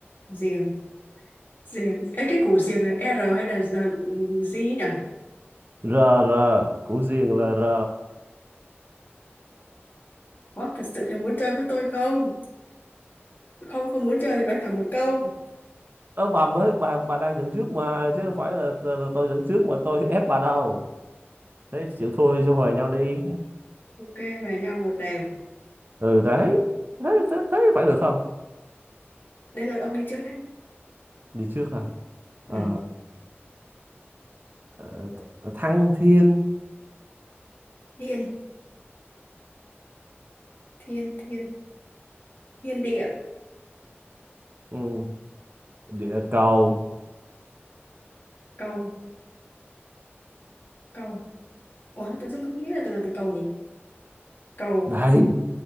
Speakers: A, on the left; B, on the right.
A: giềng giềng Ê, cái củ giềng là R hay là giờ- ừ, G nhỉ
B: r r củ riêng là r
A: có thật sự là muốn chơi với tôi không không không muốn chơi thì nói thẳng một câu
B: ơ bà mới bà bà đang dẫn trước mà chứ không phải là, là, là tôi dẫn trước mà tôi ép bà đâu thế chịu thôi cho hòa nhau đi
A: ok về nhau một đều
B: ừ đấy thế thế thế phải được không
A: đây là ông đi trước đấy
B: đi trước à Ờ,
A: ừ.
B: ờ, th- thăng thiên
A: thiên thiên thiên thiên địa
B: ừ. địa cầu
A: cầu cầu Ủa, tự dưng không nghĩ là từ nào từ cầu nhỉ cầu
B: đầy